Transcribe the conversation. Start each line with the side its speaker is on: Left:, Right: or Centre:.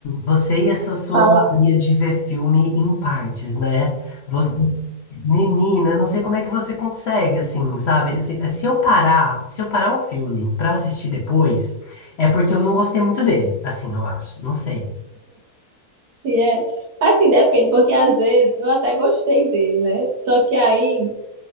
Left: Você e essa sua
Right: fala,
Left: mania de ver filme em partes, né? Você, menina, eu não sei como é que você consegue, assim, sabe? Se, se eu parar, se eu parar um filme pra assistir depois, é porque eu não gostei muito dele, assim, eu acho. Não sei.
Right: e é, assim, depende, porque às vezes eu até gostei dele, né? Só que aí,